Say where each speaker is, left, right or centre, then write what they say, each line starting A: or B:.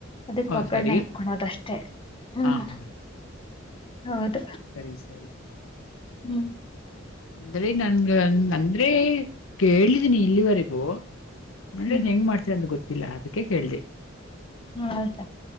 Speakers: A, on the left; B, on the left.
A: ಅದಕ್ಕ
B: ಓ
A: ಒಗ್ಗರಣೆ
B: ಸರಿ
A: ಹಾಕಳೋದಷ್ಟೇ ಹ್ಮ
B: ಹಾ ಹಾ
A: ಹೌದ.
B: ಸರಿ ಸರಿ.
A: ಹ್ಮ.
B: ಬಾರಿ ಅಂದ್ರೆ ನನ್ಗ ಅಂದ್ರೆ ಕೇಳಿದೀನಿ ಇಲ್ಲಿವರೆಗೂ. ಮನೇಲಿ
A: ಹ್ಮ್
B: ಹೆಂಗ ಮಾಡ್ತಿರ ಅಂತ ಗೊತ್ತಿಲ್ಲ ಅದಕ್ಕೆ ಕೇಳ್ದೆ.
A: ಹೌದ.